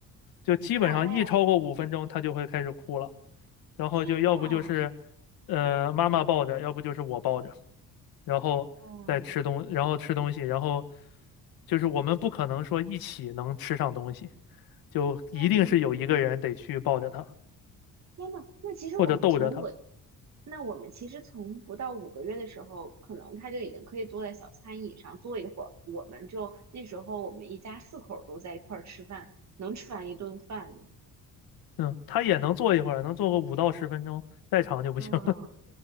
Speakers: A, on the left; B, on the right.
A: 就基本上一超过五分钟，
B: 哎，
A: 他就会开始哭了。然后就要不就是，
B: 天呐，
A: 呃，妈妈抱着，要不就是我抱着，然后再吃东，
B: 嗯，
A: 然后吃东西，然后就是我们不可能说一起能吃上东西，就一定是有一个人得去抱着他
B: 嗯，天呐，那其实我们从我，
A: 或者逗着他。
B: 那我们其实从不到五个月的时候，可能他就已经可以坐在小餐椅上坐一会儿。我们就那时候我们一家四口都在一块儿吃饭，能吃完一顿饭。
A: 嗯，他也能坐一会儿，能坐个五到十分钟，再长就不行了。
B: 嗯，